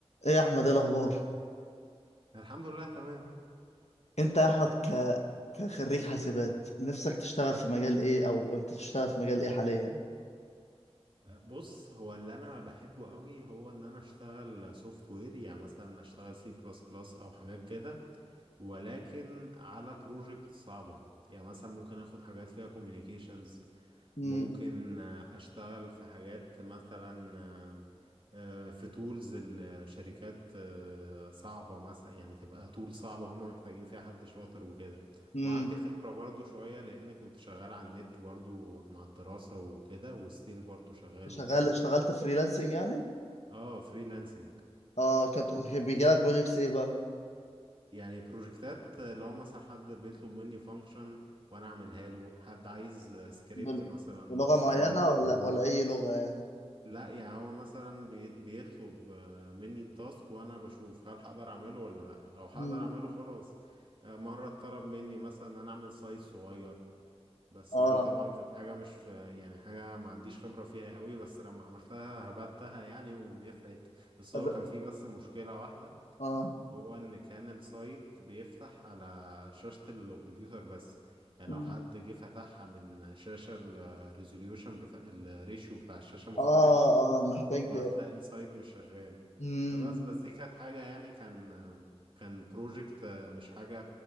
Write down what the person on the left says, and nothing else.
ايه يا احمد ايه الاخبار
انت يا احمد ك... كخريج حاسبات نفسك تشتغل في مجال ايه او انت بتشتغل في مجال ايه حاليا
امم
امم
شغال
اشتغلت فريلانسنج يعني
اه كنت بيجي لك بروجكتس ايه بقى
بل...
بلغة
معينة
ولا
ولا اي لغة يعني
امم
اه
طب
اه
مم.
اه اه محتاج
امم